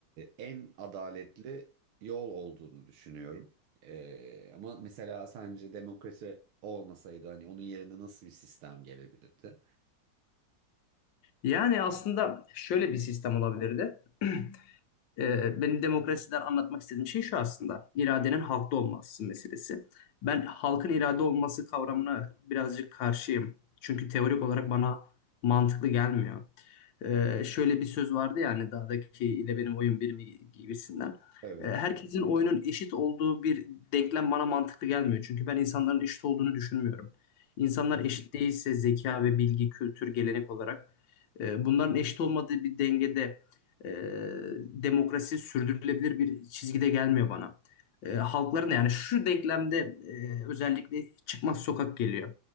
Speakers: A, on the right (about 80°); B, on the left (about 65°).
A: en adaletli yol olduğunu düşünüyorum. E, ama mesela sence demokrasi olmasaydı hani onun yerine nasıl bir sistem gelebilirdi?
B: Yani aslında şöyle bir sistem olabilirdi. <clears throat> Ee, benim demokrasiden anlatmak istediğim şey şu aslında. İradenin halkta olması meselesi. Ben halkın irade olması kavramına birazcık karşıyım. Çünkü teorik olarak bana mantıklı gelmiyor. Ee, şöyle bir söz vardı ya hani dağdaki ile benim oyun bir mi gibisinden.
A: Evet.
B: Ee, herkesin oyunun eşit olduğu bir denklem bana mantıklı gelmiyor. Çünkü ben insanların eşit olduğunu düşünmüyorum. İnsanlar eşit değilse zeka ve bilgi, kültür, gelenek olarak e, bunların eşit olmadığı bir dengede e, demokrasi sürdürülebilir bir çizgide gelmiyor bana. E, halkların da yani şu denklemde e, özellikle çıkmaz sokak geliyor.